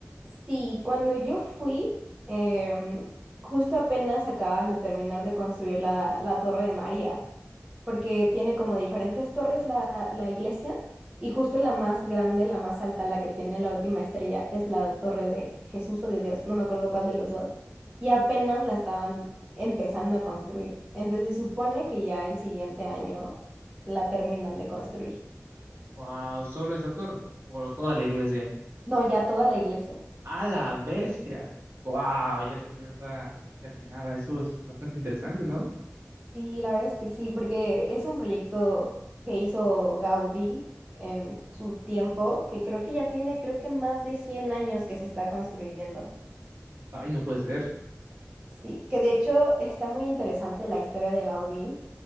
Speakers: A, on the right; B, on the right.
A: Sí, cuando yo fui, em, justo apenas acaban de terminar de construir la, la Torre de María, porque tiene como diferentes torres la, la iglesia y justo la más grande, la más alta, la que tiene la última estrella, es la Torre de Jesús o de Dios, no me acuerdo cuál de los dos, y apenas la estaban empezando a construir. Entonces se supone que ya el siguiente año la terminan de construir.
B: Wow, solo esa torre. Por toda la iglesia.
A: No, ya toda la iglesia.
B: A la bestia. Wow, ya la quiero ver toda terminada. Eso es bastante interesante, ¿no?
A: Sí, la verdad es que sí, porque es un proyecto que hizo Gaudí en su tiempo, que creo que ya tiene, creo que más de 100 años que se está construyendo.
B: Ay, no puede ser.
A: Sí, que de hecho está muy interesante la historia de Gaudí,